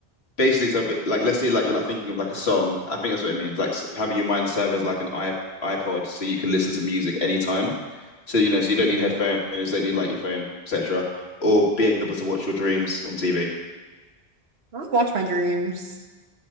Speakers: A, on the left; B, on the right.
A: basically it's a bit like let's say like you're like thinking of like a song. I think that's what it means. Like s- having your mind serve as like an i iPod so you can listen to music anytime. So you know,
B: Mm-hmm.
A: so you don't need headphones, don't need like your phone, etc. Or be able to watch your dreams on TV.
B: Don't Watch my dreams.